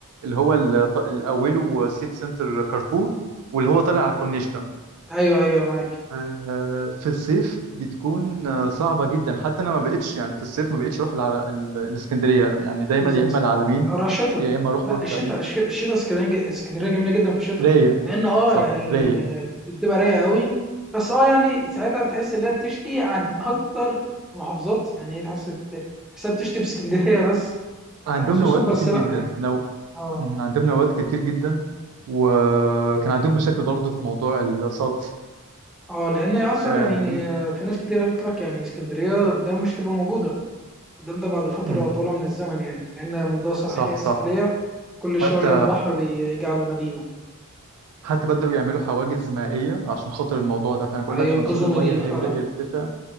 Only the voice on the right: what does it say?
هو ال- اللي اوله سيتي سنتر كارفور واللي هو طالع على كورنيشتا
آه، في الصيف بتكون آه، صعبة جدا حتى انا ما بقتش يعني في الصيف ما بقتش اروح العل- ال- الاسكندرية يعني دايما
يا اما العلمين
يا اما اروح
بورسعيد
رايق
صح
رايق
عندهم
نوادي
كتير
جدا
نو...
مم، عندهم نوادي كتير جدا وكان عندهم مشاكل برضو في موضوع الصرف
آه،
بي...
مم،
صح صح
حتى
حتى بدأوا يعملوا حواجز مائية عشان خاطر الموضوع ده فأنا بقول
لك منسوب المية
هيبدأ
يرتفع